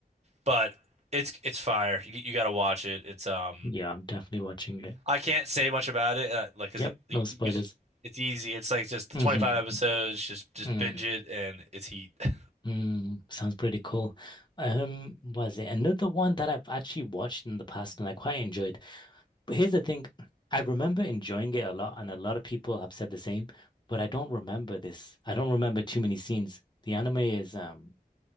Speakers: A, on the right; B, on the left.
A: But it's it's fire. You, you got to watch it. It's um.
B: Yeah. I'm definitely watching it.
A: I can't say much about it, uh, like, cause
B: Yep.
A: you, you,
B: No spoilers.
A: you just- it's easy. It's like just the
B: hmm
A: 25 episodes, just just
B: Mm,
A: binge it, and it's heat. <laughs>
B: mm, sounds pretty cool. Um, was it another one that I've actually watched in the past and I quite enjoyed? But here's the thing, I remember enjoying it a lot, and a lot of people have said the same, but I don't remember this. I don't remember too many scenes. The anime is um,